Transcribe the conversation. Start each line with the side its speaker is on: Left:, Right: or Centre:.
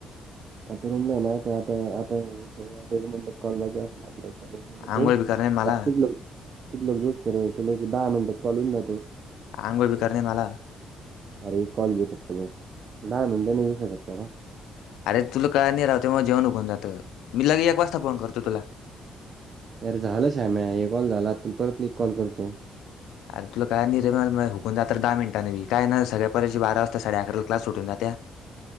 Right: आता रूमला ये ना आता-आता-आता हे सगळंता एक मिनिटाच कॉल बाकी असल ना. एक ला एक मिनिट
Left: आंघोळ
Right: बोल
Left: बी करणे मला
Right: जातील <unintelligible> तिथ ल जो असत तुला एक दहा मिनटाच कॉल होउन जातो.
Left: अंगोळ बी करू दे मला
Right: अरे कॉल घे फक्त, बस दहा मिनट नई देऊ शकत का बा?
Left: अरे तुला कळायला नाही, राहते तेवा जेवण होऊन जातं मी, लगेच एक वाजता फोन करतो तुला.
Right: अरे झालं श्याम्या, एक कॉल झाला, तुला परत एक कॉल करतो.
Left: अर तुला कळाय नई रे हुकून जाते रे दहा मिनटांने बी, काय ना सगळ्या पोरांची बारा वाजता साडे अकराला क्लास सुटूना जात्या.